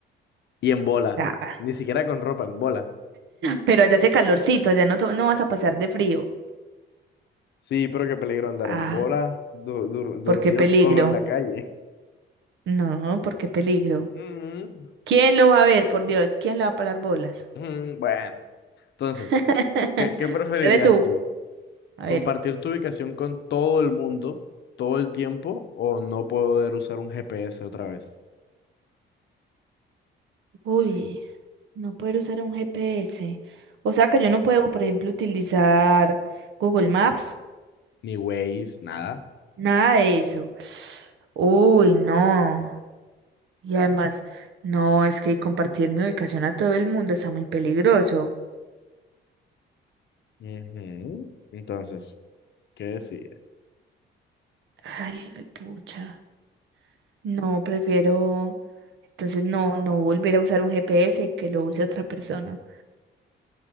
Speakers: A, on the left; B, on the right.
A: y en bola,
B: ah,
A: ni siquiera con ropa, en bola.
B: pero allá hace calorcito, allá no, to- no vas a pasar de frío.
A: Sí, pero qué peligro andar
B: Ah,
A: en bola, du- dur- dormido
B: ¿por qué peligro?
A: solo en la calle.
B: No, ¿por qué peligro?
A: Mm,
B: ¿Quién lo va a ver, por Dios? ¿Quién le va a parar bolas?
A: mm, bueno, entonces,
B: <laughs>
A: ¿qué, qué preferirías
B: Dale tú.
A: tú?
B: A
A: ¿Compartir
B: ver.
A: tu ubicación con todo el mundo todo el tiempo o no poder usar un GPS otra vez?
B: Uy, no poder usar un GPS. O sea que yo no puedo, por ejemplo, utilizar Google Maps.
A: Ni Waze, nada.
B: Nada de eso. Uy, no. Y además, no, es que compartir mi ubicación a todo el mundo está muy peligroso.
A: Ujú. Entonces, ¿qué decir?
B: Ay, ay, pucha. No, prefiero. Entonces, no, no volver a usar un GPS y que lo use otra persona.